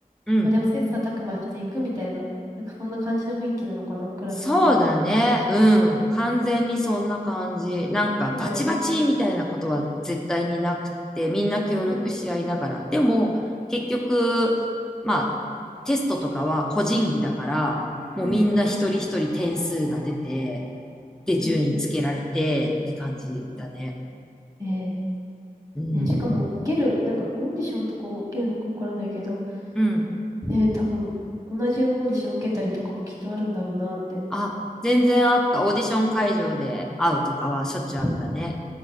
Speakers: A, in the centre; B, on the right (about 25°).
A: うん。
B: まあでも切磋琢磨していくみたいな、なんかそんな感じの雰囲気なのかな、クラスとかって。
A: そうだね。うん。完全にそんな感じ。なんか、
B: そうだよね。
A: バチバチみたいなことは絶対になくて、みんな協力し合いながら。
B: うん。
A: でも、結局、まあ、テストとかは個人技だから、もうみんな一人一人点数が出て、
B: うんうんうん。
A: で、順位つけられてって感じだね。
B: うんうん。ええ
A: うん。
B: ね、しかも受ける、なんかオーディションとか受けるのかわからないけど、
A: うん。
B: ね、多分同じオーディション受けたりとかもきっとあるんだろうなって。
A: あ、全然あった。オーディション会場で会うとかはしょっちゅうあったね。
B: うん。